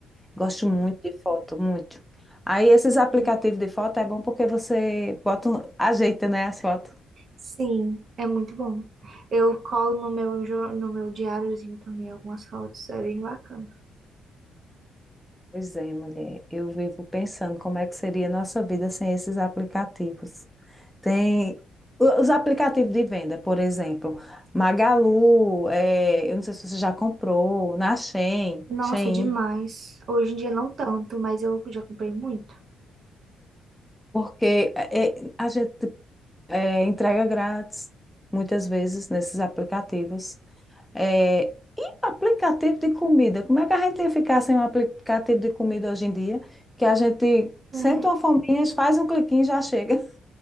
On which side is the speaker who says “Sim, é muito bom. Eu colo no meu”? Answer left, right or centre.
Right